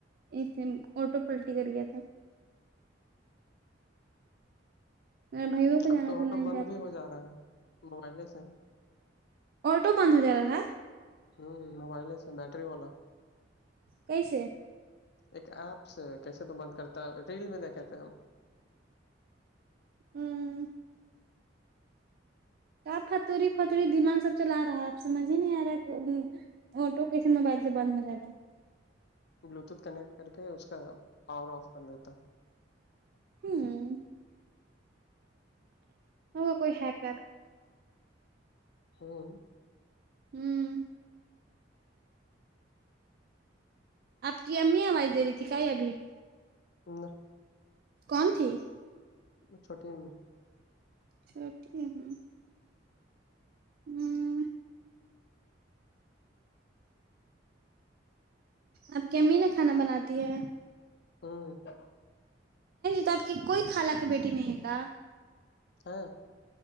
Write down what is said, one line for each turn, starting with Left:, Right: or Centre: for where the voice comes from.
Right: ایک دن آٹو پلٹی کر گیا تھا میرا بھائیوں کو جانا
Left: اب تو آٹو
Right: نہیں
Left: بند
Right: جاتا
Left: بھی ہو جا رہا ہے موبائلے سے
Right: آٹو بند ہو جا رہا ہے
Left: ہوں موبائل سے بیٹری والا
Right: کئیسے
Left: ایک ایپ سے کیسے تو بند کرتا ہے ریل میں دیکھے تھے ہم
Right: ہوں آپ پتوری پتوری دماغ سب چلا رہا ہے آپ سمج ہی نہیں آ رہا آٹو کیسے موبائل سے بند ہو جائے گا
Left: بلوٹوتھ کنیکٹ کر کے اس کا پاور آف کر دیتا
Right: ہوں ہوگا کوئی ہیکر
Left: ہاں
Right: ہوں آپ کی امی آواز دے رہی تھی کا یہ ابھی
Left: نہ
Right: کون تھی
Left: چھوٹی امی
Right: چھوٹی امی ہوں آپ کے امی نا کھانا بناتی ہے
Left: ہاں
Right: تو آپ کی کوئی خالہ کی بیٹی نہیں ہے کا
Left: ہیں